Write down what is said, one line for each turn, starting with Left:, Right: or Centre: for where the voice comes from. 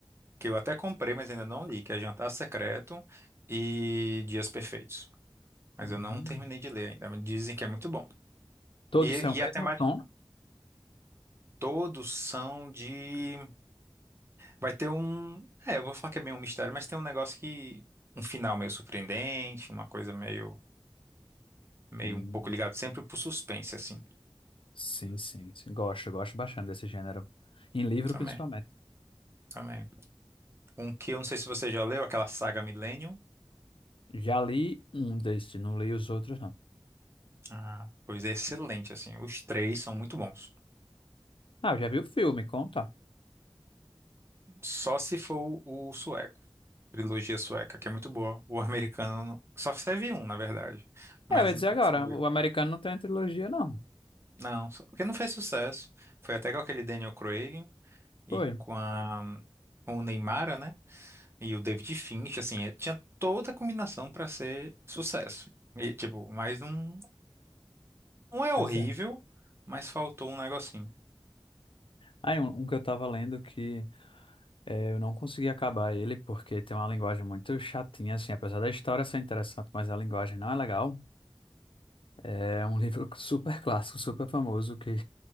Right: que eu até comprei, mas ainda não li, que é Jantar Secreto e Dias Perfeitos. Mas
Left: Hum.
Right: eu não terminei de ler ainda, mas dizem que é muito bom.
Left: Todos
Right: E,
Left: têm o
Right: e
Left: mesmo
Right: a temática
Left: tom?
Right: todos são de... Vai ter um... É, eu vou falar que é bem um mistério, mas tem um negócio que... Um final meio surpreendente, uma coisa meio... Meio
Left: Hum.
Right: um pouco ligado sempre pro suspense, assim.
Left: Sim, sim, sim. Gosto, gosto bastante desse gênero. Em livro,
Right: Também,
Left: principalmente.
Right: também. Um que eu não sei se você já leu, aquela saga Millennium.
Left: Já li um desse, não li os outros, não.
Right: Ah, pois é excelente, assim. Os três são muito bons.
Left: Ah, já vi o filme, conta.
Right: Só se for o sueco. Trilogia sueca, que é muito boa. O americano não- só teve um, na verdade. Mas
Left: É, eu ia dizer
Right: não
Left: agora,
Right: ficou meio.
Left: o americano não tem a trilogia, não.
Right: Não, só- porque não fez sucesso. Foi até com aquele Daniel Craig e
Left: Foi.
Right: com a com o Neymar, né? E o David Finch, assim, é- tinha toda a combinação para ser sucesso. E, tipo, mas não, não é
Left: Pois
Right: horrível,
Left: é.
Right: mas faltou um negocinho.
Left: Aí, um, um que eu tava lendo que é, eu não consegui acabar ele, porque tem uma linguagem muito chatinha, assim, apesar da história ser interessante, mas a linguagem não é legal. É um <laughs> livro super clássico, super famoso, que